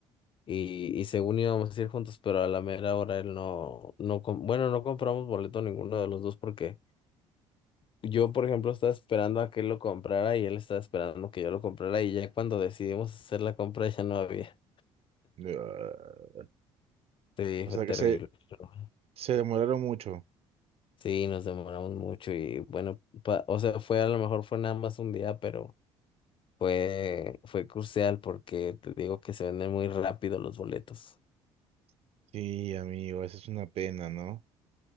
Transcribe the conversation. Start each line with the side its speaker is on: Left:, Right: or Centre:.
Left: y, y según íbamos a ir juntos, pero a la mera hora él no, no, com- bueno, no compramos boleto ninguno de los dos porque... Yo, por ejemplo, estaba esperando a que él lo comprara y él estaba esperando que yo lo comprara y ya cuando decidimos hacer la compra ya no había.
Right: Ah,
Left: Sí,
Right: O
Left: fue
Right: sea
Left: terrible.
Right: que se,
Left: pero
Right: se demoraron mucho.
Left: Sí, nos demoramos mucho y bueno, pa- o sea, fue a lo mejor fue nada más un día, pero fue fue crucial porque te digo que se venden muy rápido los boletos.
Right: Sí, amigo, esa es una pena, ¿no?